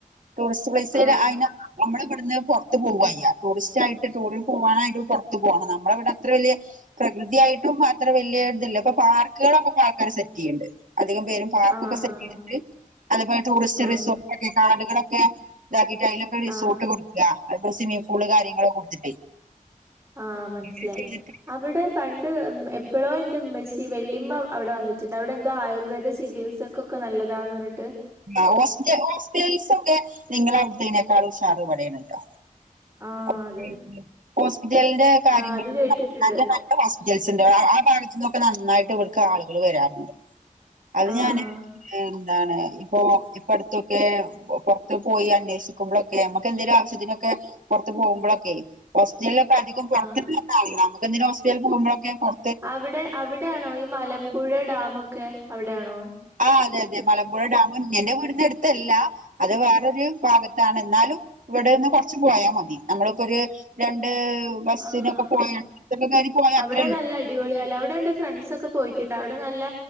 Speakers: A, on the right (about 65°); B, on the right (about 15°).
A: ടൂറിസ്റ്റ് പ്ലേസില്
B: ആഹ്
A: അയിന് നമ്മളിവിട്ന്ന് പൊർത്ത് പോവാ യ്യ. ടൂറിസ്റ്റായിട്ട് ടൂറിൽ പോവാനായിട്ടും പൊർത്തു പോണം. നമ്മളെവടെ അത്ര വലിയ പ്രകൃതിയായിട്ടും അത്ര വല്ല്യ ഇതില്ല. ഇപ്പൊ പാർക്കുകളൊക്കെപ്പൊ ആൾക്കാര് സെറ്റ്യ്യ്ണ്ട്. അധികം പേരും പാർക്കൊക്കെ
B: ആഹ്
A: സെറ്റയ്തിട്ട്
B: ആഹ്
A: അതേപോലെ ടൂറിസ്റ്റ്
B: ആഹ്
A: റിസോർട്ട് ഒക്കെ കാടുകളൊക്കെ ഇതാക്കിട്ടായാലും ക്കെ റിസോർട്ട്
B: ആഹ്
A: കൊടുക്കാ അതിപ്പോ സ്വിമ്മിംഗ് പൂള് കാര്യങ്ങളൊക്കെ കൊടുത്തിട്ടേ.
B: ആഹ് മൻസിലായി.
A: അങ്ങനെ ചെയ്തിട്ട്
B: അവിടെ പണ്ട് ഉം എപ്പളോ എൻ്റെമ്മച്ചി വെല്ലിമ്മ അവിടെ വന്നിട്ട്ണ്ട്. അവിടെന്തോ ആയുർവേദ ചികിത്സ ക്കൊക്കെ നല്ലതാന്ന് പർഞ്ഞിട്ട്.
A: ആഹ് ഹോസ്പിറ്റൽ ഹോസ്പിറ്റൽസൊക്കെ നിങ്ങളവിടുത്തേനേക്കാളും ഉഷാറ് ഇവടേണ് ട്ടോ.
B: ആഹ്
A: <unintelligible>
B: അതന്നെ
A: ഹോസ്പിറ്റൽന്റെ കാര്യങ്ങൾക്കും
B: ആഹ് അത് കേട്ടിട്ടുണ്ട്
A: <unintelligible> നല്ല <unintelligible> നല്ല ഹോസ്പിറ്റൽസ്ണ്ട്. ആ ആ ഭാഗത്ത്ന്നൊക്കെ നന്നായിട്ട് ഇവട്ക്ക് ആളുകള് വരാറ്ണ്ട്. അത്
B: ആഹ്
A: ഞാന്
B: ആഹ്
A: എന്താണ് ഇപ്പോ. ഇപ്പ അടുത്തൊക്കെ പൊർത്ത് പോയി അന്വേഷിക്കുമ്പൊളൊക്കെ നമുക്ക് എന്തെങ്കിലും ആവശ്യത്തിനൊക്കെ പോർത്ത് പോവുമ്പളൊക്കെ ഹോസ്പിറ്റൽലൊക്കെ അധികും പൊർത്ത്
B: ആഹ്
A: <unintelligible> ല്ലാത്ത ആള്കളാ നമുക്ക് എന്തിന് ഹോസ്പിറ്റൽന്ന് പോവുമ്പളൊക്കെ പൊർ
B: അവിടെ അവിടെയാണോ ഈ മലമ്പുഴ ഡാമൊക്കെ അവിടെയാണോ?
A: ആഹ് അതെ അതെ മലമ്പുഴ ഡാമും എന്റെ വീടിന്റെ അടുത്തല്ല അത് വേറൊരു ഭാഗത്താണ് എന്നാലും ഇവിടെന്ന് കൊറച്ച് പോയാ മതി നമ്മളിപ്പോ ഒരു രണ്ട് ബസ്സിനൊക്കെ
B: ആഹ് ആഹ്
A: പോയക്കെ കയറി പോയാത്രേ
B: അവിടെ
A: ഉള്ളൂ
B: നല്ല അടിപൊളിയാല്ലേ അവിടെ എന്റെ ഫ്രണ്ട്സ് ഒക്കെ പോയിട്ടുണ്ട് അവിടെ നല്ല